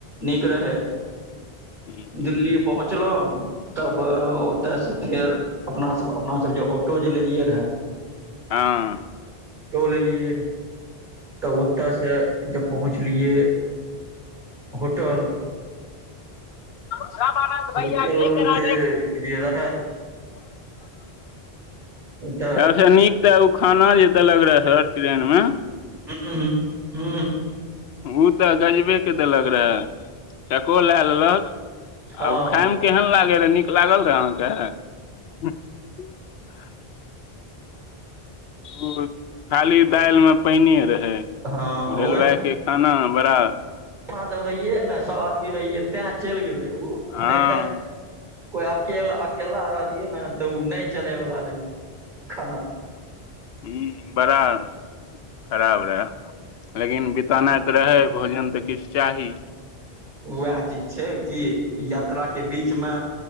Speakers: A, on the right; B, on the left.
A: नीक रहै।
B: हूँ,
A: दिल्ली। पहुँचलहुँं तब ओतयसँ फेर अपना सब अपना सब जे ऑटो जे लेलियै रहे।
B: हँ
A: तौल एलियै तब ओतयसँ जब पहुँचलियै होटल।
B: रामानन्द
A: होटल
B: भैया नहि करओ।
A: के जे रहै तऽ
B: तस नीक। ते उ खाना जे देलक रहे ह ट्रेन में।
A: ह ह। हू।
B: ओ तऽ गजबे के देलक रहे को लए लेलक।
A: हँ
B: आ ओ खाायमे केहन लागै रहए नीक लागल रहए अहाँके। <inaudible> ओ खाली दालि मे पैनी रहे।
A: हँ
B: रेलवा
A: ओहि
B: के खाना। बरा
A: अपना जब रहियै ने सभ आदमी रहियै तैं चलि गेलहुँ। उ
B: हँ
A: नहि तऽ कोइ अकेल अकेला रहतियै ने तऽ ओ नहि चलैवला रहे हाँ।
B: ह बड़ा। खराब रहय। लेकिन बितानाइ त रहय भोजन। त किछु चाही।
A: वैह चीज छै कि यात्रा के बीचमे